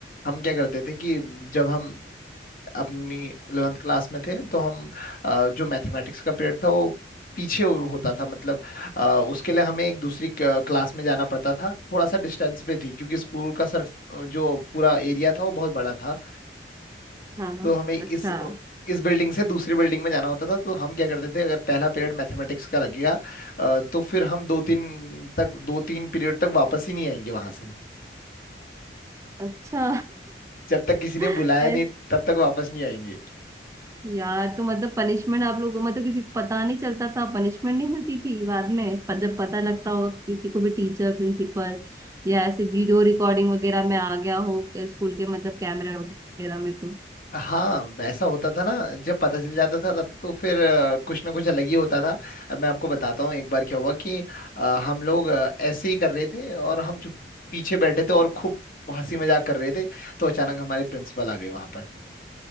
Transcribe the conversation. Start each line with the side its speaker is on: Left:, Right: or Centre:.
Left: हम क्या करते थे कि जब हम अपनी 11th क्लास में थे तो हम अ, जो मैथमेटिक्स का पीरियड था वो पीछे हो- होता था मतलब अ, उसके लिए हमें एक दूसरी क- क्लास में जाना पड़ता था थोड़ा सा डिस्टेंस पे थी क्योंकि स्कूल का सर जो पूरा एरिया था वो बहुत बड़ा था
Right: हाँ
Left: तो हमें इस
Right: अच्छा
Left: इस बिल्डिंग से दूसरी बिल्डिंग में जाना होता था तो हम क्या करते थे अगर पहला पीरियड मैथमेटिक्स का लगेगा अ, तो फिर हम दो तीन तक दो तीन पीरियड तक वापस ही नहीं आएंगे वहां से
Right: अच्छा
Left: जब तक किसी
Right: <laughs>
Left: ने बुलाया
Right: ऐसे
Left: नहीं तब तक वापस नहीं आएंगे
Right: यार तो मतलब पनिशमेंट आप लोगों को मतलब किसी को पता नहीं चलता था पनिशमेंट नहीं मिलती थी बाद में पर जब पता लगता होगा किसी को भी टीचर प्रिंसिपल या ऐसे वीडियो रिकॉर्डिंग वगैरह में आ गया हो स्कूल के मतलब कैमरे वगैरह में तो
Left: हाँ वैसा होता था ना जब पता चल जाता था तब तो फिर अ, कुछ ना कुछ अलग ही होता था अब मैं आपको बताता हूँ एक बार क्या हुआ कि अ, हम लोग अ, ऐसे ही कर रहे थे और हम चुप पीछे बैठे थे और खूब हंसी मजाक कर रहे थे तो अचानक हमारे प्रिंसिपल आ गए वहां पर